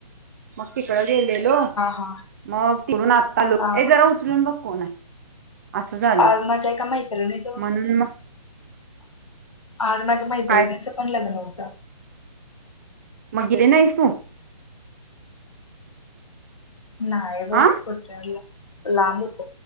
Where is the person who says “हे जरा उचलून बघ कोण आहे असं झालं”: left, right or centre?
Right